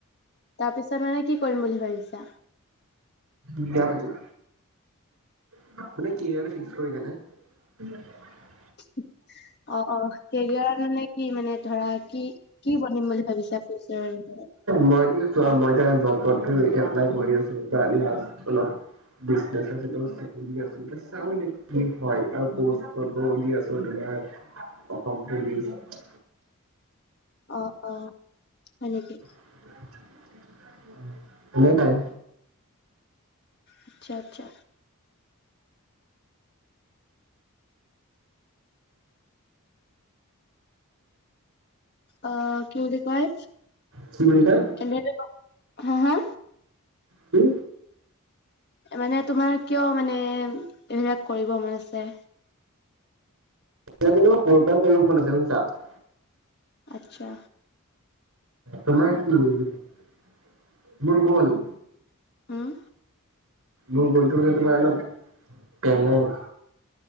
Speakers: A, on the left; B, on the right.
A: তাৰ পিছত মানে কি কৰিম বুলি ভাবিছা?
B: বিয়া পাতিম। মানে কেৰিয়াৰটো ফিক্স কৰি কেনে।
A: অ', অ' কেৰিয়াৰ মানে কি মানে ধৰা কি কি বনিম বুলি ভাবিছা ফিউচাৰলে
B: মইতো চোৱা মই এ জবতটো এপ্লাই কৰি আছো। লাষ্ট অলপ বিজনেছৰ ফালও চকু দি আছো। এতিয়া চাও এতিয়া কি হয় আৰু <unintelligible> আছো তোমাৰ অসম পুলিচ।
A: অ', অ' হয় নেকি?
B: <unintelligible> হ'ব পাৰে।
A: আচ্ছা আচ্ছা। অ' কি বুলি কয়
B: কি বুলি কয়
A: <unintelligible> হা হা?
B: কি?
A: মানে তোমাৰ কিয় মানে এইবিলাক কৰিব মন আছে?
B: এতিয়া সৰুৰ পৰা কৰিম বুলি <unintelligible>
A: আচ্ছা।
B: তোমাৰ কি <unintelligible> মোৰ গ'ল।
A: উম।
B: মোৰ গলটো মানে তোমাৰ অলপ বেলেগ।